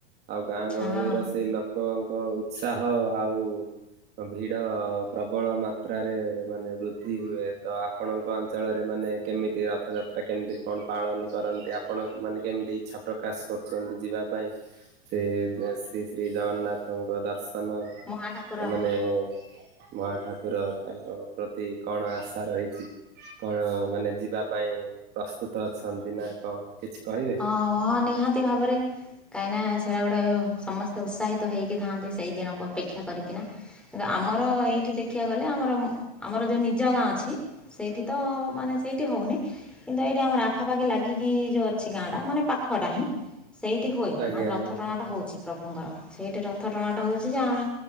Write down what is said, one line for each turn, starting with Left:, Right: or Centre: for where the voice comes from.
Right: ଆଉ ଗାଁ
Centre: ହଁ
Right: ଗହଳିର ସେଇ ଲୋକଙ୍କ ଉତ୍ସାହ ଆଉ ଓ ଭିଡ ପ୍ରବଳ ମାତ୍ରାରେ ମାନେ ବୃଦ୍ଧି ହୁଏ। ତ ଆପଣଙ୍କ ଅଞ୍ଚଳରେ ମା ନେ କେମିତି ରଥଯାତ୍ରା କେମିତି କଣ ପାଳନ କରନ୍ତି? ଆପଣ ମାନେ କେମିତି ଇଚ୍ଛା ପ୍ରକାଶ କରିଛନ୍ତି ଯିବା ପାଇଁ? ସେ ଗ ଓ ଶ୍ରୀ ଶ୍ରୀ ଜଗନ୍ନାଥଙ୍କ ଦର୍ଶନ
Centre: ମୋ ନାଁ ଠାକୁର
Right: ଅ, ମାନେ ମହା ଠାକୁର ତାଙ୍କ ପ୍ରତି କଣ ଆଶା ରହିଛି? କଣ ମାନେ ଯିବା ପାଇଁ ପ୍ରସ୍ତୁତ ଅଛନ୍ତି ନା କଣ? କିଛି କହିବେ?
Centre: ହଁ, ହଁ ନିହାତି ଭାବରେ କାଇଁନା ସେଟା ଗୋଟେ ସମସ୍ ତ ଉସାହିତ ହେଇକି ଥାଆନ୍ତି ସେଇ ଦିନକୁ ଅପେକ୍ଷା କରିକିନା। କିନ୍ତୁ ଆମର ଏଇଠି ଦେ ଖିଆ ଗଲେ ଆମର ମୁଁ ଆମର ଯୋଉ ନିଜ ଗାଁ ଅଛି ସେଇଠି ତ ମାନେ ସେଇଠି ହଉନି। କିନ୍ତୁ ଏଇଠି ଆମର ଆଖାପାଖି ଲାଗିକି ଯୋଉ ଅ ଛି ଗାଁ ଟା ମାନେ ପାଖଟା ହିଁ, ସେଇଠି ହୁଏ।
Right: ଆଜ୍ଞା
Centre: ମାନେ ରଥ
Right: ଆଜ୍ଞା
Centre: ଟଣାଟା ହଉଛି। ପ୍ରଭୁଙ୍କର ସେଇଠି ରଥ ଟଣାଟ ହଉଛି ଯେ ଆମେ